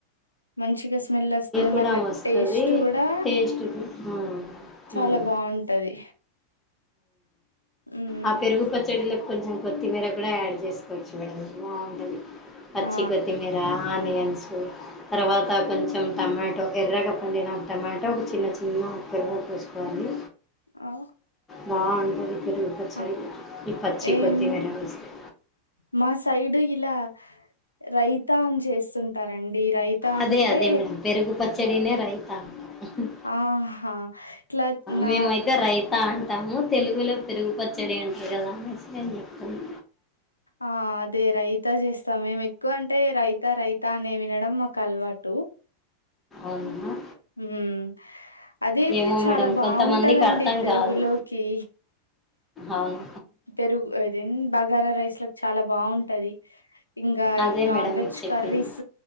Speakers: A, on the left (about 80°); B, on the left (about 15°).
A: మంచిగా స్మెల్ వస్తుది
B: కూడా
A: మళ్ళా
B: వస్తది.
A: టేస్ట్ కూడా
B: టేస్ట్ గు హ్మ్. హ్మ్.
A: చాలా బాగుంటది మ్మ్
B: ఆ పెరుగు పచ్చడిలో కొంచెం కొత్తిమీర కూడా యాడ్ చేసుకోవచ్చు బాగుంటుంది పచ్చి
A: ఆ
B: కొత్తిమీర ఆనియన్స్ తర్వాత కొంచెం కొంచెం టమాటో ఎర్రగా పండిన టమాటో ఒక చిన్న చిన్న ముక్కలుగా కోసుకోవాలి
A: ఆ,
B: బాగుంటుంది ఈ పెరుగు పచ్చడి
A: ఆ,
B: ఈ పచ్చి
A: ఏం
B: కొత్తిమీర వేస్తే
A: మా సైడు ఇలా రైతాన్ చేస్తుంటే అంటారండి రైత
B: అదే
A: అంటే
B: అదే మేడం. పెరుగు పచ్చడినే రైత అంటము
A: ఆహా ఇట్లా నా
B: మేమైతే రైత అంట టాము తెలుగులో పెరుగుపచ్చడి అంటారు కదా అనేసి నేను చెప్తున్నా
A: ఆ అదే రైతా చేస్తాం మేము ఎక్కువ అంటే రైత రైత తానే వినడం మాకు అలవాటు
B: అవున
A: హుమ్ అదయితే
B: ఏమో
A: చాలా
B: మేడం
A: బాగుంటదండి
B: కొంతమందికి అర్థం
A: పెరుగులోకి
B: కాదు అవును
A: పెరుగు అదిన్ బగారా రైస్ లోకి చాలా బాగుంటది ఇంకా
B: అదే
A: ఈ నాన్
B: మేడం
A: వెజ్
B: మీకు చెప్పింది
A: కర్రీస్